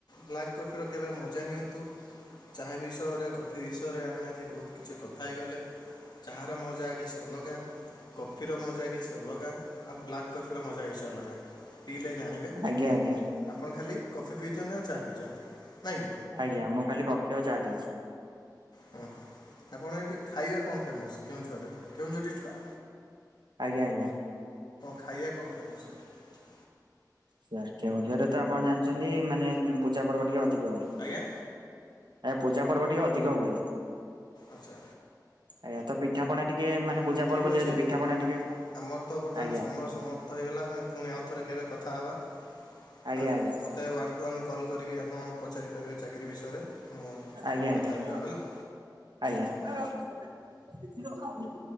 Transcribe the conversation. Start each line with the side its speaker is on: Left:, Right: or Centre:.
Left: ବ୍ଲାକ୍ କଫିର କେବେ ମଜା ନିଅନ୍ତୁ। ଚାହା ବିଷୟରେ କଫି ବିଷୟରେ ଆମେ ଆଜି ବହୁତ କିଛି କଥା ହେଇଗଲେ। ଚାହାର ମଜା କି ଛି ଅଲଗା। କଫିର ମଜା କିଛି ଅଲଗା। ଆଉ ବ୍ଲାକ୍ କଫିର ମଜା କିଛି ଗା, ପିଇଲେ ଜାଣିବେ।
Right: ଆଜ୍ଞା ଆଜ୍ଞା
Left: ଆପଣ ଖାଲି କଫି ପିଇଚନି ନା ଚାହା ପିଇଚନ୍ତି ନାଇଁକି?
Right: ଆଜ୍ଞା ମୁଁ କାଲି କଫି ଆଉ ଚା ପିଇଚି।
Left: ହୁଁ ଆପଣ ଏଠି ଖାଇବେ କଣ ଫେମସ୍ କେଉଁ ଝରେ କେଉଁ ଝରଅ ଡିଷ୍ଟି ପାଆ?
Right: ଆଜ୍ଞା ଆଜ୍ଞା।
Left: ଖାଇବା କଣ ଫେମସ ହେଟି?
Right: ସେ କେଉଝରେ ତ ଆପଣ ଜାଣିଛନ୍ତି ମାନେ ପୂଜା ପର୍ବ ଟିକେ ଅଧିକ ହୁଏ। ଏ
Left: ଆଜ୍ଞା
Right: ପୂଜା ପର୍ବଟିକେ ଅଧିକ ହୁଏ।
Left: ଆଚ୍ଛା
Right: ଆଜ୍ଞା ପିଠାଣା ଟିକେ ମାନେ ପୂାଯା
Left: ହଉ ଠିକ୍
Right: ପର୍ବ
Left: ଅଛି
Right: ଯେହେତୁ ପିଠାଣା ଟିକେ
Left: ଆମର ତ ବର୍ତ୍ତମାନ
Right: ଆଜ୍ଞା
Left: ସମୟ ସମାପ୍ତ ହେଇଗଲା ଆମେ ପୁଣି ଆଉଥରେ କେବେ କଥା ହେବା
Right: ଆଜ୍ଞା
Left: ହଁ
Right: ଆଜ୍ଞା।
Left: ମୋତେ ୱାନ୍ ଟୁ ୱାନ୍ କଲ୍ କରିକି ଆପଣ ପଚାରିପାରିବେ ଚାକିରରି ବିଷୟରେ ମୁଁ
Right: ଆଜ୍ଞା ଆଜ୍ଞା
Left: କଥା ହେଇଯିବା ହେଲା।
Right: ଆଜ୍ଞା।
Left: ହଁ